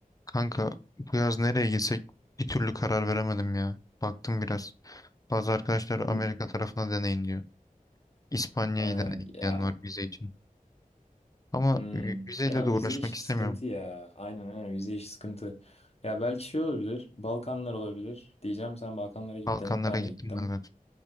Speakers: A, on the left; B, on the left.
A: Kanka bu yaz nereye gitsek bir türlü karar veremedim ya. Baktım biraz. Bazı arkadaşlar Amerika
B: Hı,
A: tarafına deneyin diyor. İspanya'yı
B: Ha,
A: deneyin
B: ya
A: diyen var vize için. Ama
B: hmm,
A: vi- vizeyle
B: ya
A: de uğraşmak
B: vize işi
A: istemiyorum.
B: sıkıntı ya. Aynen aynen vize işi sıkıntı. Ya belki şey olabilir. Balkanlar olabilir. Diyeceğim sen Balkanlara gittin.
A: Balkanlara
B: Ben
A: gittim
B: de gittim.
A: ben zaten.